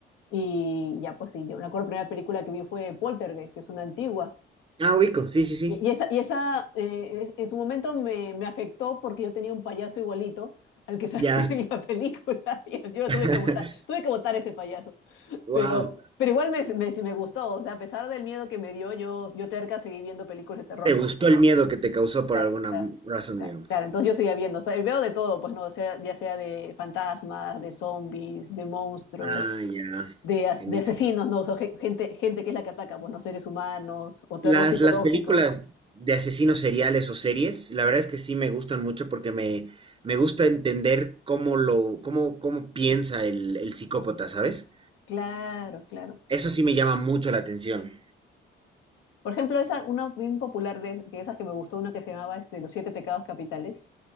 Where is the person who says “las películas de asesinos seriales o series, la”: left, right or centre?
Right